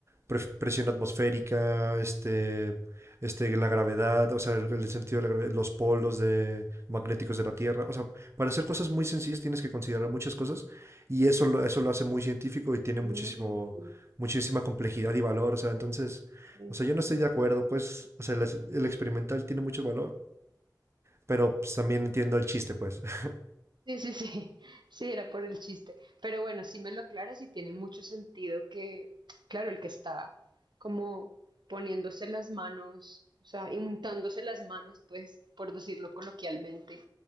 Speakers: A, on the right; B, on the right.
A: pre- presión atmosférica, este, este, la gravedad, o sea, el, el sentido de la gravedad, los polos de, magnéticos de la Tierra. O sea, para hacer cosas muy sencillas tienes que considerar muchas cosas y eso lo, eso lo hace muy científico y tiene muchísimo,
B: Mm,
A: muchísima complejidad y valor. O sea, entonces,
B: ok.
A: o sea, yo no estoy de acuerdo, pues, o sea, las- el, experimental tiene mucho valor, pero pues, también entiendo el chiste, pues. <laughs>
B: Sí, sí, sí, <laughs> sí, era por el chiste. Pero bueno, si me lo aclaras y tiene mucho sentido que, claro, el que está como poniéndose las manos, o sea, untándose las manos, pues, por decirlo coloquialmente,